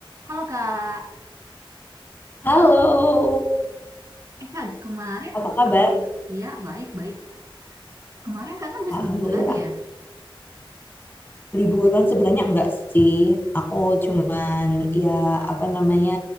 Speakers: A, on the right; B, on the left.
A: Halo Kak,
B: Halo,
A: eh Kak, kemarin
B: apa kabar?
A: aku, de- iya baik-baik. Kemarin Kakak habis
B: Alhamdulillah.
A: liburan ya?
B: Liburan sebenarnya enggak sih. Aku cuman ya apa namanya